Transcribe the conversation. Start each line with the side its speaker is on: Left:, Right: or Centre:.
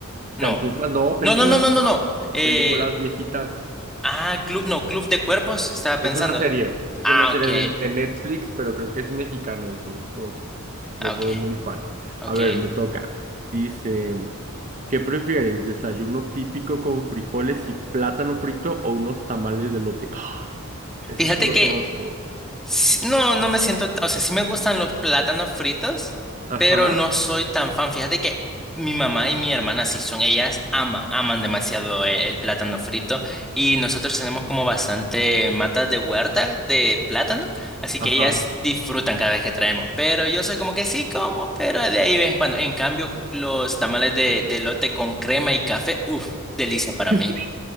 Centre: No.
Right: Cantinflas, no,
Centre: No,
Right: películas.
Centre: no, no, no, no, no. Eh,
Right: Películas viejitas.
Centre: ah, club, no, Club de Cuervos, estaba pensando.
Right: Es una serie. Es
Centre: Ah,
Right: una serie
Centre: ok,
Right: de, de Netflix, pero creo que es mexicana, entonces como que no
Centre: ah,
Right: soy
Centre: ok,
Right: muy fan.
Centre: ok.
Right: A ver, me toca. Dice... ¿Qué prefieres? ¿Desayuno típico con frijoles y plátano frito o unos tamales de lote? ¡Ah! eso
Centre: Fíjate
Right: sí lo
Centre: que
Right: conozco.
Centre: Sí, No, no me siento, o sea, sí me gustan los plátanos fritos, pero
Right: Ajá,
Centre: no soy tan fan. Fíjate que mi mamá y mi hermana sí son, ellas aman, aman demasiado el, el plátano frito y nosotros tenemos como bastante matas de huerta de plátano, así
Right: ajá.
Centre: que ellas disfrutan cada vez que traemos, pero yo soy como que sí como, pero de ahí de vez en cuando. En cambio, los tamales de, de elote con crema y café, uff, delicia para
Right: <laughs>
Centre: mí.